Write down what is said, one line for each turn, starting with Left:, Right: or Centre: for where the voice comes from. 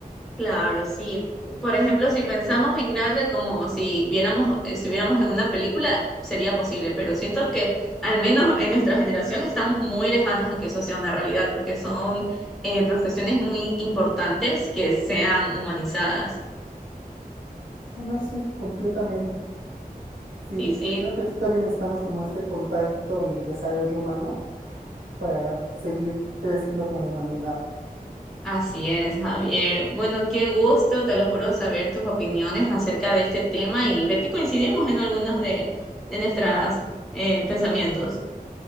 Centre: Claro, sí. Por ejemplo, si pensamos en grande, como si viéramos, estuviéramos en una película, sería posible, pero siento que al menos en nuestra generación estamos muy lejanos a que eso sea una realidad, porque son eh, profesiones muy importantes que sean humanizadas.
Right: Bueno, sí, completamente. Sí,
Centre: Sí, sí,
Right: creo que sí también necesitamos como este contacto y desarrollo humano para seguir creciendo como humanidad.
Centre: así es, Javier. Bueno, qué gusto, te lo juro, saber tus opiniones acerca de este tema y ver que coincidimos en algunos de, de nuestros pensamientos.